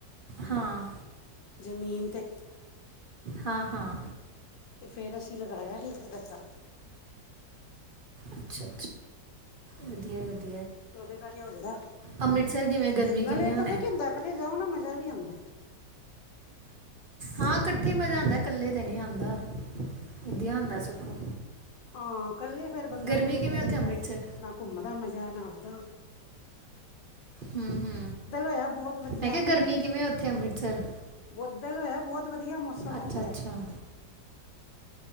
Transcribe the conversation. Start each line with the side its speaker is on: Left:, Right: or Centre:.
Right: ਹਾਂ।
Left: ਜ਼ਮੀਨ ਤੇ
Right: ਹਾਂ-ਹਾਂ।
Left: ਤੇ ਫਿਰ ਅਸੀਂ ਲਗਾਇਆ ਹੀ ਇੱਕ ਗੱਦਾ।
Right: ਅੱਛਾ-ਅੱਛਾ, ਵਧੀਆ ਵਧੀਆ।
Left: ਉਹਦੇ ਕਰਕੇ ਹੋਜਦਾ
Right: ਅੰਮ੍ਰਿਤਸਰ ਕਿਵੇਂ ਗਰਮੀ
Left: ਨਾਲੇ
Right: ਕਿਵੇਂ ਹੋਣਾ
Left: ਪਤਾ
Right: ਹੈ?
Left: ਕੀ ਹੁੰਦਾ ਜਾਓ ਨਾ ਮਜ਼ਾ ਵੀ ਆਂਦਾ।
Right: ਹਾਂ ਇਕੱਠੇ ਮਜਾ ਆਂਦਾ, ਕੱਲੇ ਤੇ ਨੀ ਆਂਦਾ ਵਧੀਆ ਹੁੰਦਾ ਸਗੋਂ।
Left: ਹਾਂ ਇਕੱਲੇ ਫੇਰ ਬੰਦਾ
Right: ਗਰਮੀ
Left: ਕੀ
Right: ਕਿਵੇਂ
Left: ਕਰੇਗਾ
Right: ਉੱਥੇ ਅੰਮ੍ਰਿਤਸਰ
Left: ਨਾ ਘੁੰਮਦਾ ਮੈਂ ਜਾਣਾ ਆਪ ਦਾ
Right: ਹੂ-ਹੂ,
Left: ਬੱਦਲ ਹੋਇਆ ਬਹੁਤ ਵਧੀਆ
Right: ਮੈਂ ਕਿਹਾ ਗਰਮੀ ਕਿਵੇਂ ਓਥੇ ਅੰਮ੍ਰਿਤਸਰ।
Left: ਬੱਦਲ ਹੋਇਆ ਬਹੁਤ ਵਧੀਆ ਮੌਸਮ
Right: ਅੱਛਾ
Left: ਹੋ ਗਿਆ।
Right: ਅੱਛਾ